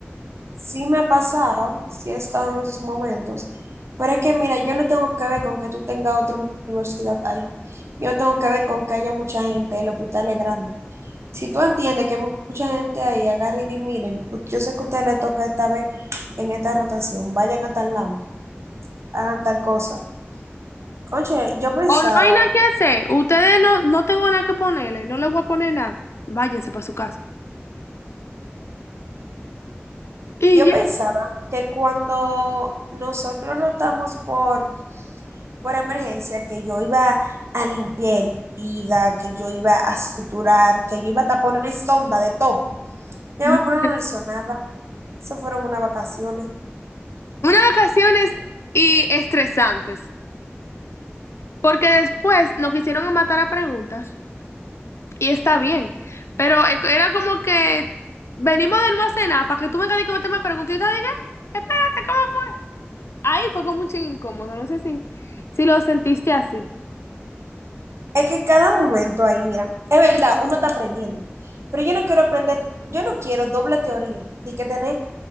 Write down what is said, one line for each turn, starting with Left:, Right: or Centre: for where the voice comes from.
Right: sí me ha pasado, sí he estado en esos momentos, pero es que, mira, yo no tengo que ver con que tú tengas otra universidad ahí, yo no tengo que ver con que haya mucha gente, el hospital es grande. Si tú entiendes que mucha gente ahí agarra y di, miren, yo sé que a ustedes les toca esta vez en esta rotación, vayan a tal lado, hagan tal cosa. Conche, yo pensaba,
Left: O no hay nada que hacer. Ustedes no, no tengo nada que ponerle, no les voy a poner nada. Váyanse para su casa. Y
Right: yo
Left: ya
Right: pensaba que cuando nosotros rotamos por, por emergencia, que yo iba a limpiar herida, que yo iba a suturar, que yo iba a taponar sonda de todo. Ya
Left: <laughs>
Right: me pero no hizo nada. Se fueron unas vacaciones.
Left: unas vacaciones y estresantes, porque después nos quisieron matar a preguntas. Y está bien, pero e- era como que venimos de una cena para que tú vengas y que me te me preguntes y yo te diga, espérate, ¿cómo? fue?". Ahí fue como un ching incómodo, no sé si, si lo sentiste así.
Right: Es que cada momento ahí, mira, es verdad, uno está aprendiendo, pero yo no quiero aprender, yo no quiero doble teoría, ni que tener